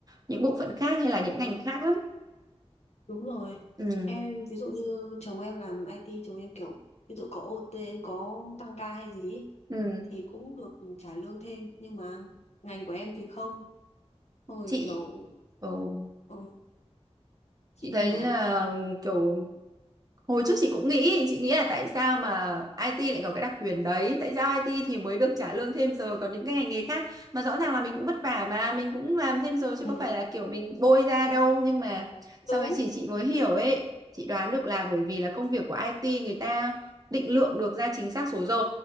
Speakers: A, on the right; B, on the left.
A: những bộ phận khác hay là những ngành khác lắm
B: Đúng rồi.
A: ừ
B: Em ví dụ như chồng em làm IT, chồng em kiểu ví dụ có OT, có tăng ca hay gì ý,
A: ừ
B: thì cũng được trả lương thêm nhưng mà ngành của em thì không. Xong Rồi
A: chị
B: kiểu
A: ồ
B: ừ, chị
A: chị
B: như
A: thấy
B: nào?
A: là kiểu hồi trước chị cũng nghĩ chị nghĩ là tại sao mà IT lại có cái đặc quyền đấy tại sao IT thì mới được trả lương thêm giờ còn những cái ngành nghề khác mà rõ ràng là mình cũng vất vả mà mình cũng làm thêm giờ chứ
B: Ừ.
A: có phải là kiểu mình bôi ra đâu nhưng mà sau
B: đúng
A: đấy chị chị mới hiểu ấy chị đoán được là bởi vì là công việc của IT người ta định lượng được ra chính xác số giờ